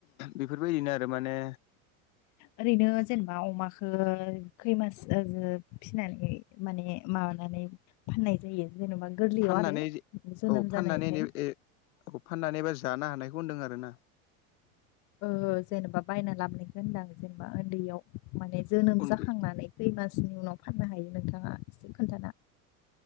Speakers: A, on the left; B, on the left.
A: बेफोरबायदिनो आरो माने
B: ओरैनो जेनेबा अमाखौ खै मास ओ फिनानै माने माबानानै फाननाय जायो जेनेबा गोरलैयाव
A: फाननानै
B: आरो जोनोम
A: औ फाननानै
B: जानायनिफ्राय
A: औ फाननानैबा जानो हानायखौ होनदों आरोना।
B: ओ जेनेबा बायना लाबोनखौ होनदां जेनेबा उनदैयाव माने जोनोम
A: उन्दै
B: जाखांनानै खै मासनि उनाव फाननो हायो नोंथाङा एसे खोनथाना